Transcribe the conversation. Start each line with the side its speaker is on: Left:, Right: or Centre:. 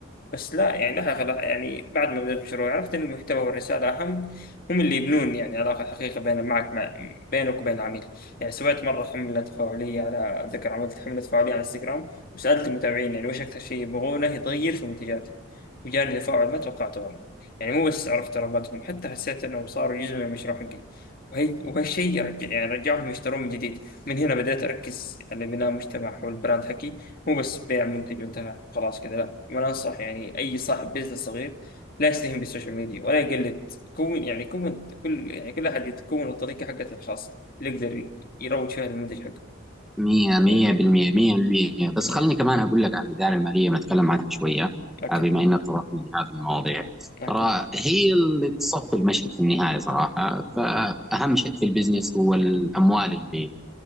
Left: بس لا يعني لها غلا- يعني بعد ما بدأت المشروع عرفت إن المحتوى والرسالة أهم هم اللي يبنون يعني علاقة حقيقية بين معك مع بينك وبين العميل يعني سويت مرة حملة تفاعلية على أتذكر عملت حملة تفاعلية على انستغرام وسألت المتابعين يعني وش أكثر شيء يبغونه يتغير في منتجاتي وجاني تفاعل ما توقعته أنا يعني مو بس عرفت رغبتهم حتى حسيت إنهم صاروا جزء من المشروع حقي وهي وهالشيء يرجع- يعني رجعهم يشترون من جديد من هنا بدأت أركز على بناء مجتمع حول البراند حقي مو بس بيع منتج وانتهى خلاص كذا لا وانا انصح يعني اي صاحب بزنس صغير لا يستهين بالسوشيال ميديا ولا يقلد كون يعني كون كل يعني كل احد يتكون الطريقه حقته الخاصه اللي يقدر يروج فيها للمنتج حقه
Centre: مية مية
Left: إيه.
Centre: بالمية مية بالمية بس
Left: إيه.
Centre: خلني كمان أقول لك عن الإدارة المالية ونتكلم عنها شوية
Left: اوكي
Centre: آه، بما إنك تطرقنا لهذه المواضيع
Left: اوكي
Centre: ترى هي اللي تصفي المشهد في النهاية صراحة فأهم شيء في البزنس هو الأموال اللي